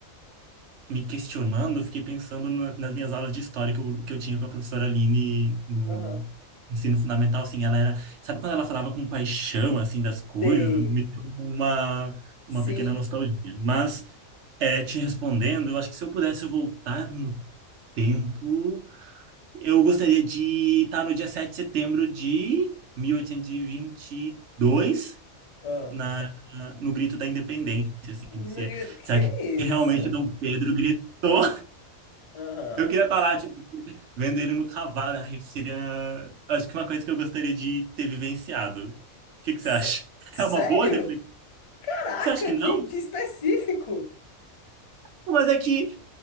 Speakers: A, on the right; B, on the left.
A: me questionando, eu fiquei pensando na- nas minhas aulas de história que eu, que eu tinha com a professora Aline no
B: Aham.
A: ensino fundamental, assim, ela era, sabe quando ela falava com paixão, assim, das coisas,
B: Sei.
A: me deu uma,
B: Sim.
A: uma pequena nostalgia. Mas, é, te respondendo, eu acho que se eu pudesse voltar no tempo, eu gostaria de estar no dia 7 de setembro de mil oitocentos e e vinte e dois,
B: Ah.
A: na, no grito da independência, assim,
B: Nega-
A: se é,
B: Que
A: será
B: é
A: que realmente
B: isso?
A: Dom Pedro gritou?
B: Aham.
A: Eu queria estar lá, tipo, vendo ele no cavalo. Ai, seria, acho que uma coisa que eu gostaria de ter vivenciado. O que que
B: Sé-
A: você acha? <laughs>
B: Sério?
A: É uma boa reflexão?
B: Caraca,
A: Você acha que não?
B: que, que específico!
A: Mas é que